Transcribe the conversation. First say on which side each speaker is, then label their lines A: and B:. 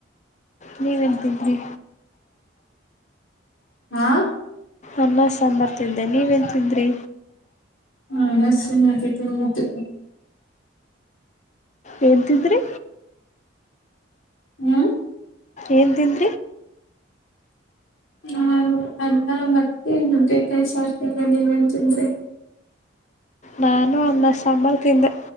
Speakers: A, on the left (about 35°); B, on the left (about 85°).
A: ನೀ ವತರಿ
B: ಹಾ
A: ಅನ್ನ ಸಾಂಬಾರ್ ತಿಂದೆ ನೀವೇನ್ ತಿಂದ್ರಿ.
B: ಹಾ ನನ್ನ ಆಗ ತಿ ನಿಂದು?
A: ಎಳಂತಿದ್ರಿ?
B: ಹ್ಮ್
A: ಏನ್ ತನ್
B: ನಾು ಅಲ್ಲ ಮತ್ತೆ ನ ಕೈಸ ಆಡ್ತನ ನೀವಂತಂದ್ರಿ.
A: ನಾನು ಅನ್ನ ಸಾಂಬಾರ್, ತಿಂದೆ